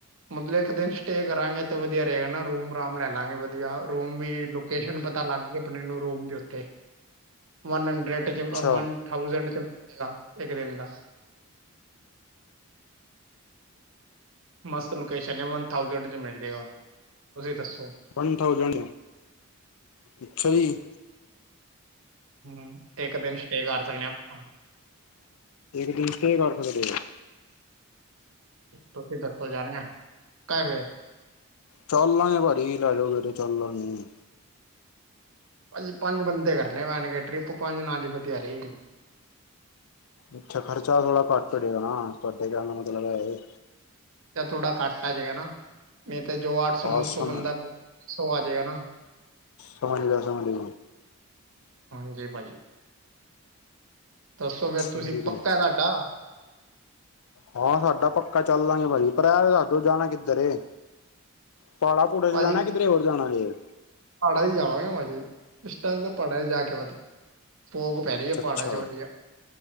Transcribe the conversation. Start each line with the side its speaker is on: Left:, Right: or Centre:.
Right: ਮਤਲਬ ਇੱਕ ਦਿਨ ਸਟੇ ਕਰਾਂਗੇ, ਤੇ ਵਧੀਆ ਰਹੇਗਾ ਨਾ ਰੂਮ ਰਾਮ ਲੈ ਲਾਗੇ ਵਧੀਆ ਰੂਮ ਵੀ ਲੂ ਕਿਸ਼ਨ ਪਤਾ ਲੱਗ ਜੇ ਆਪਣੇ ਨੂੰ ਰੋਮ ਦੇ ਉੱਤੇ ਵਨ ਹੰਡਰਡ,
Left: ਅੱਛਾ
Right: ਮਨ ਥਾਊਜਡ ਚ ਇੱਕ ਦਿਨ ਦਾ। ਮਸਤ ਲੋਕੇਸ਼ਨ ਏ, ਵਨ ਥਾਊਜੈਂਡ ਚ ਮਿਲ ਜੇਗਾ। ਤੁਸੀਂ ਦਸੋ?
Left: ਵਨ ਥਾਊਜੈਂਡ, ਅੱਛਾ ਜੀ।
Right: ਹੂੰ ਇੱਕ ਦਿਨ ਸਟੇ ਕਰ ਸਕਣੇ ਆਪਾ-
Left: ਏਕ ਦਿਨ ਕੀ ਕਰ ਸਕਦੇ ਓ?
Right: ਤੁਸੀਂ ਦਸੋ ਜਾਣੇ ਆ ਪੈਹੇ
Left: ਚਲਾਂਗੇ ਭਾਜੀ ਲੈ ਜਾਓਗੇ ਤੇ ਚਲਾਂਗੇ।
Right: ਭਾਜੀ ਪੰਜ ਬੰਦੇ ਕਰਨੇ ਪੈਣਗੇ, ਟ੍ਰਿਪ ਪੰਜ ਨਾਲ ਹੀ ਵਧੀਆ ਰਹੇਗੀ।
Left: ਅੱਛਾ ਖਰਚਾ ਥੋੜਾ ਘੱਟ ਹੋ ਜਾਏਗਾ, ਨਾ ਤੁਹਾਡੇ ਕਹਿਣ ਦਾ ਮਤਲਬ ਹੈ ਇਹ।
Right: ਥੋੜਾ ਘੱਟ ਪੈ ਜਾਏਗਾ, ਨਾ ਮੇ ਤੇ ਜੋ ਅੱਠ ਸੌ
Left: ਹਾਂ
Right: ਨੌ ਸੌ
Left: ਸਮ
Right: ਬੰਦਾ ਸਭ ਆ ਜਾਏਗਾ ਨਾ।
Left: ਸਮਝ ਗਿਆ ਸਮਝ।
Right: ਹਾਂਜੀ ਭਾਜੀ, ਦੱਸੋ ਫੇਰ
Left: ਠੀਕ
Right: ਤੁਸੀਂ ਪੱਕਾ
Left: ਹੈ
Right: ਤਾਂ ਤਾਂ।
Left: ਹਾਂ ਸਾਡਾ ਪੱਕਾ ਚੱਲਾਂਗੇ, ਭਾਜੀ ਪਰ ਅਹ ਤੇ ਦਸਦੋ ਜਾਣਾ ਕਿੱਧਰ ਏ? ਪਾਲਾ ਕੂੜੇ ਚ
Right: ਭਾਜੀ
Left: ਜਾਣਾ ਆ ਕਿਧਰੇ ਹੋਰ ਜਾਣਾ ਜੇ?
Right: <unintelligible> ਇਸ ਟਾਈਮ ਦਾ ਪਹਾੜਾਂ ਚ ਜਾਕੇ ਵਧੀਆ, ਫੋਗ ਪੈ
Left: ਅੱਛਾ
Right: ਰਹੀ ਐ
Left: ਅੱਛਾ
Right: ਪਹਾੜਾਂ ਚ ਵਧੀਆ।